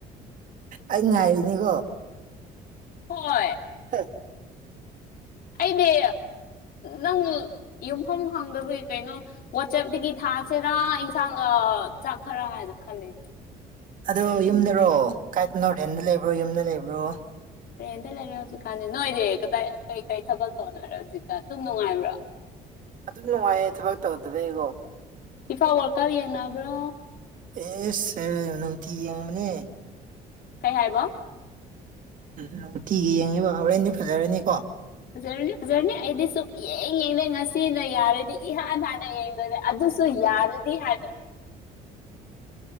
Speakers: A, on the right (about 50°); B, on the left (about 60°).
A: ꯑꯩ ꯉꯥꯏꯔꯤꯅꯤꯀꯣ
B: ꯍꯣꯏ
A: ꯍ
B: ꯑꯩꯗꯤ ꯅꯪ ꯌꯨꯝꯐꯝ ꯈꯪꯗꯕꯒꯤ ꯀꯩꯅꯣ ꯋꯥꯆꯦꯞꯇꯒꯤ ꯊꯁꯤꯅ ꯏꯟꯁꯥꯡ ꯆꯥꯛꯈꯔꯥ ꯍꯥꯏꯅ ꯈꯜꯂꯦꯅꯦ
A: ꯑꯗꯨꯗꯣ ꯌꯨꯝꯗꯔꯣ ꯀꯥꯏ ꯅꯣꯔꯇꯦꯟꯗ ꯂꯩꯕ꯭ꯔꯣ ꯌꯨꯝꯗ ꯂꯩꯕ꯭ꯔꯣ
B: ꯇ꯭ꯔꯦꯟꯗ ꯂꯩꯔꯦ ꯍꯧꯖꯤꯛꯀꯥꯟꯗꯤ ꯅꯣꯏꯗꯤ ꯀꯗꯥꯏ ꯀꯩꯀꯩ ꯊꯕꯛ ꯁꯧꯅꯔꯦ ꯍꯧꯖꯤꯛꯀꯥꯟ ꯑꯗꯨꯝ ꯅꯨꯡꯉꯥꯏꯕ꯭ꯔꯣ
A: ꯑꯗꯨꯝ ꯅꯨꯡꯉꯥꯏꯌꯦ ꯊꯕꯛ ꯇꯧꯗꯕꯩꯀꯣ
B: ꯐꯤꯐꯥꯎ ꯋꯥꯔꯀꯔ ꯌꯦꯡꯅꯕ꯭ꯔꯣ
A: ꯑꯦ ꯁꯦꯔ ꯅꯨꯡꯇꯤ ꯌꯦꯡꯉꯕꯅꯦ
B: ꯀꯩ ꯍꯥꯏꯕꯣ
A: ꯅꯨꯡꯇꯤꯒꯤ ꯌꯦꯡꯉꯤꯕ ꯍꯣꯔꯦꯟꯗꯤ ꯐꯖꯔꯅꯤꯀꯣ
B: ꯐꯖꯔꯅꯦ ꯐꯖꯔꯅꯤ ꯑꯩꯗꯤ ꯁꯨꯞꯛ ꯌꯦꯡ ꯌꯦꯡꯗꯦ ꯉꯁꯤꯅ ꯌꯥꯔꯗꯤ ꯏꯍꯥꯟ ꯍꯥꯟꯅ ꯌꯦꯡꯗꯣꯏꯗ ꯑꯗꯨꯁꯨ ꯌꯥꯔꯗꯤ ꯍꯥꯏꯗꯅ